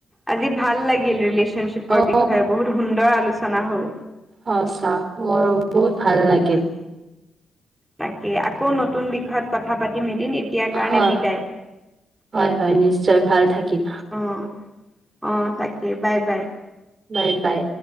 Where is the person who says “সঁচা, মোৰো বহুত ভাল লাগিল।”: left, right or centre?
Right